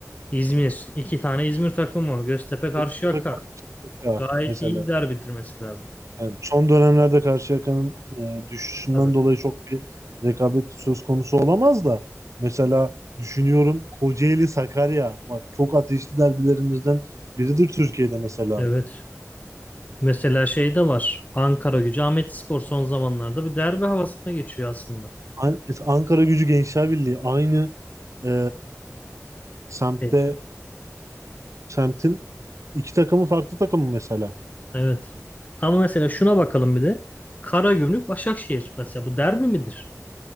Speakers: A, on the left; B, on the right.
A: İzmir. iki tane İzmir takımı. Göztepe Karşıyaka.
B: Yoksa da karşılıklı ya
A: Gayet
B: Mesela.
A: iyi bir derbidir mesela bu.
B: Evet, son dönemlerde Karşıyaka'nın e, düşüşünden
A: Tabii.
B: dolayı çok bir rekabet söz konusu olamaz da mesela düşünüyorum Kocaeli Sakarya bak çok ateşli derbilerimizden biridir Türkiye'de mesela.
A: Evet. Mesela şey de var. Ankara Gücü Ahmetspor son zamanlarda bir derbi havasına geçiyor aslında.
B: An- mesela Ankara Gücü Gençler aynı e, semtte
A: Evet.
B: semtin iki takımı farklı takımı mesela.
A: Evet. Ama mesela şuna bakalım bir de. Karagümrük Başakşehir. Mesela bu derbi midir?